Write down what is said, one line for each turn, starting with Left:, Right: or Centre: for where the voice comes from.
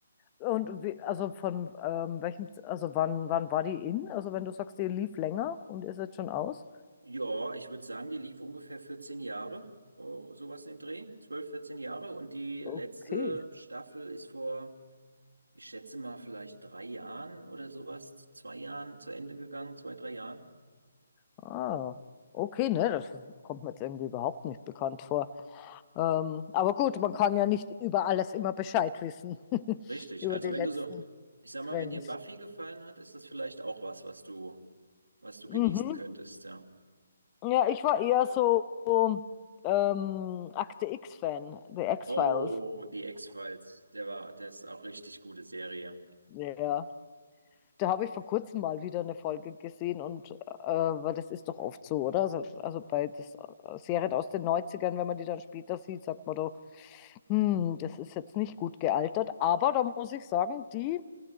Left: Und wie, also von ähm, welchem, Z- also wann, wann war die in? Also wenn du sagst, die lief länger und ist jetzt schon aus?
Right: Ja, ich würde sagen, die lief ungefähr 14 Jahre, oh, sowas in dem Dreh. 12, 14 Jahre. Und die letzte
Left: Okay.
Right: Staffel ist vor, ich schätze mal, vielleicht drei Jahren oder sowas, zwei Jahren zu Ende gegangen, zwei, drei Jahren.
Left: Ah, okay, ne, das kommt mir jetzt irgendwie überhaupt nicht bekannt vor. Ähm, aber gut, man kann ja nicht über alles immer Bescheid wissen, <laughs>
Right: Richtig.
Left: über
Right: Also
Left: die
Right: wenn
Left: letzten
Right: du so, ich sag
Left: Trends.
Right: mal, wenn dir Buffy gefallen hat, ist das vielleicht auch was, was du, was du genießen
Left: Mhm.
Right: könntest, ja.
Left: Ja, ich war eher so ähm, Akte X-Fan, The X-Files.
Right: Oh, die X-Files, der war, der ist auch richtig gute Serie.
Left: Ja. Da habe ich vor kurzem mal wieder eine Folge gesehen und äh, weil das ist doch oft so, oder? Also, also bei das äh, Serien aus den Neunzigern, wenn man die dann später sieht, sagt man doch, hm, das ist jetzt nicht gut gealtert, aber da muss ich sagen, die,